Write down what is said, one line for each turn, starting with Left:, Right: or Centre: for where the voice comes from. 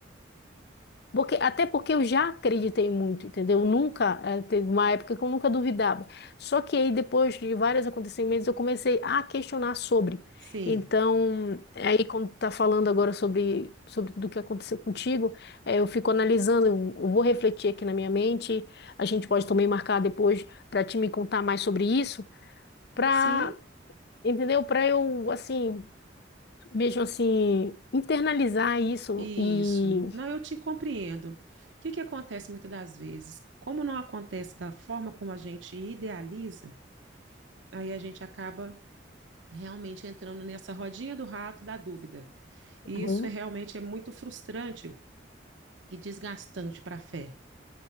Left: Porque, até porque eu já acreditei muito, entendeu? Nunca, eh, teve uma época que eu nunca duvidava. Só que aí, depois de vários acontecimentos, eu comecei a questionar sobre.
Right: Sim,
Left: Então, aí, quando tá falando agora sobre, sobre tudo o que aconteceu contigo, eh, eu fico analisando, eu eu vou refletir aqui na minha mente. A gente pode também marcar depois para te me contar mais sobre isso, para,
Right: sim,
Left: entendeu? Para eu, assim, mesmo assim, internalizar isso
Right: isso.
Left: e.
Right: Não, eu te compreendo. O que que acontece muitas das vezes? Como não acontece da forma como a gente idealiza, aí a gente acaba realmente entrando nessa rodinha do rato da dúvida. E
Left: Uhum.
Right: isso é realmente é muito frustrante e desgastante para a fé.